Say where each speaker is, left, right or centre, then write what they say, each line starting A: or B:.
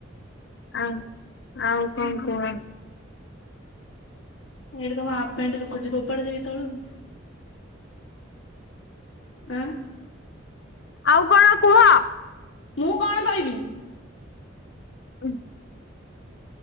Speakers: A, on the left; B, on the left.
A: ଆ ଆଉ କଣ କୁହ?
B: ଏଇଠି ତମ ହାଫ୍ ପ୍ୟାଣ୍ଟ୍ ଶୁଖୁଛି ଫୋପାଡ଼ି ଦେବି ତଳକୁ। ଆଁ
A: ଆଉ କଣ କୁହ?
B: ମୁଁ କଣ କହିବି?
A: ହଁ